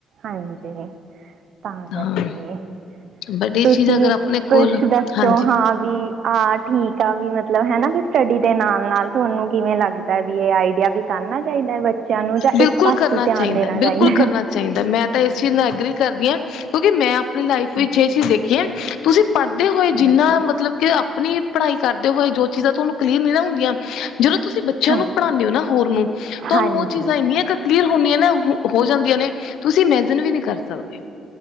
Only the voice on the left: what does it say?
ਹਾਂ
ਬਟ ਇਹ
ਚੀਜ਼ ਅਗਰ ਆਪਣੇ
ਕੋਲ
ਹਾਂਜੀ
ਬਿਲਕੁਲ
ਕਰਨਾ
ਚਾਹੀਦਾ
ਬਿਲਕੁਲ
ਕਰਨਾ
ਚਾਹੀਦਾ ਮੈਂ ਤਾਂ ਇਸ ਚੀਜ਼ ਨਾਲ ਐਗਰੀ ਕਰਦੀ ਹਾਂ ਕਿਉਂਕਿ ਮੈਂ ਆਪ ਆਪਣੀ ਲਾਈਫ ਵਿੱਚ
ਇਹ ਚੀਜ਼ ਦੇਖੀਐ ਤੁਸੀਂ ਪੜ੍ਹਦੇ ਹੋਏ
ਜਿੰਨਾ ਮਤਲਬ ਕਿ ਆਪਣੀ ਪੜ੍ਹਾਈ ਕਰਦੇ ਹੋਏ ਜੋ ਚੀਜ਼ਾਂ ਤੁਹਾਨੂੰ ਕਲੀਅਰ ਨੀ ਨਾ ਹੁੰਦੀਆਂ। ਜਦੋਂ ਤੁਸੀਂ ਬੱਚਿਆਂ
ਨੂੰ ਪੜ੍ਹਾਉਦੇ ਹੋ ਨਾ ਹੋਰ ਨੂੰ ਤੁਹਾਨੂੰ
ਉਹ ਚੀਜ਼ਾਂ ਇੰਨੀਆਂ ਕ। ਕਲੀਅਰ ਹੁੰਦੀਆਂ ਨਾ ਹੋ ਜਾਂਦੀਆਂ ਨੇ ਤੁਸੀਂ ਇਮੈਜਨ ਵੀ ਨਹੀਂ ਕਰ ਸਕਦੇ।